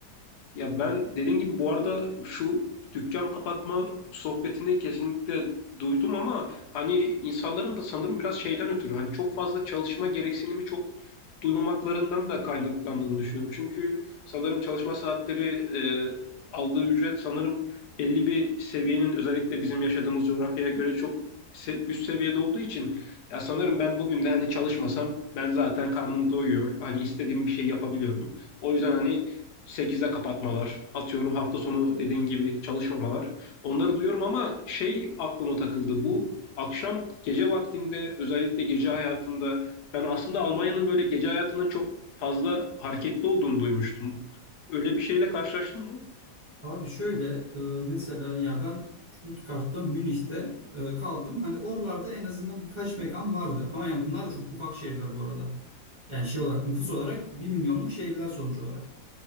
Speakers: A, on the left; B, on the right.
A: Ya ben dediğin gibi bu arada şu dükkan kapatma sohbetini kesinlikle duydum ama hani insanların da sanırım biraz şeyden ötürü hani çok fazla çalışma gereksinimi çok duymamaklarından da kaynaklandığını düşünüyorum. Çünkü sanırım çalışma saatleri e, aldığı ücret sanırım belli bir seviyenin özellikle bizim yaşadığımız coğrafyaya göre çok se- üst seviyede olduğu için ya sanırım ben bugün de hani çalışmasam ben zaten karnım doyuyor. Hani istediğim bir şey yapabiliyorum. O yüzden hani 8'de kapatmalar, atıyorum hafta sonu dediğin gibi çalışmamalar. Onları duyuyorum ama şey aklıma takıldı. Bu akşam gece vaktinde özellikle gece hayatında ben aslında Almanya'nın böyle gece hayatının çok fazla hareketli olduğunu duymuştum. Öyle bir şeyle karşılaştın mı?
B: Abi şöyle e, mesela ya ben Stuttgart'ta Münih'te e, kaldım. Hani oralarda en azından birkaç mekan vardı. Ama yani bunlar da çok ufak şehirler bu arada. Yani şey olarak nüfus olarak bir milyonluk şehirler sonuç olarak.